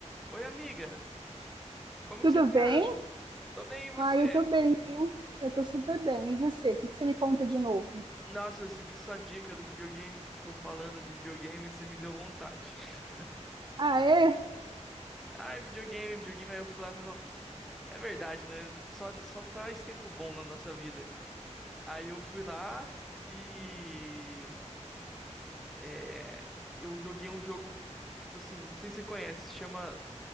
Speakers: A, in the centre; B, on the right.
A: Oi, amiga. Como
B: Tudo
A: que você tá?
B: bem?
A: Tô bem, e você?
B: Ah, eu tô bem, viu? Eu tô super bem. E você? O que que você me conta de novo?
A: Nossa, eu segui sua dica do videogame, você ficou falando de videogame, você me deu vontade. <laughs>
B: Ah, é?
A: Ai, videogame, videogame. Aí eu fui lá e falei, não, é verdade, né? Só, só traz tempo bom na nossa vida. Aí eu fui lá e... é, eu joguei um jogo, tipo assim, não sei se você conhece, chama